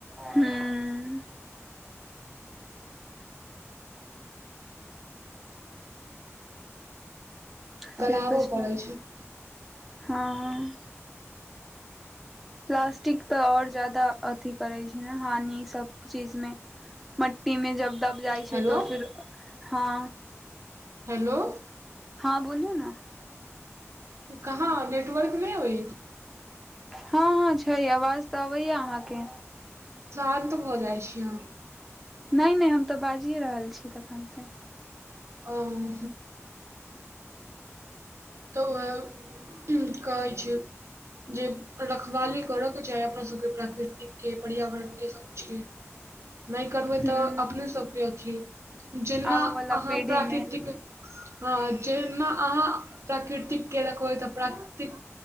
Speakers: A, in the centre; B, on the right.
A: हुं।
B: गलाबो
A: से तऽ छै,
B: पड़ै
A: हँ। प्लास्टिक तऽ आओर जादा अथि करैत छै ने हानि सभ चीजमे। मट्टी मे जब दब जाइ छै
B: हेलो
A: तऽ फिर, हँ।
B: हेलो।
A: हँ बोलू ने।
B: कहाँ नेटवर्क नै अबैये।
A: हँ हँ छै, आवाज तऽ अबैये अहाँके
B: शांत भ जाइ छी अहां।
A: नहि नहि हम तऽ बाजिए रहल छी तखनसे।
B: आ हुं। तऽ ओह कहै छियौ जे रखवाली करऽ के चाही अपना सबके प्राकृतिक के पर्यावरण के सबकुछ के नहि करबै
A: हूँ
B: तऽ अपने सभके अथि, जेना
A: आबऽ वाला
B: अहाँ
A: पीढ़ी
B: प्राकृतिक
A: मे
B: हँ जेना अहाँ प्राकृतिक के रखबै तऽ प्राकृतिक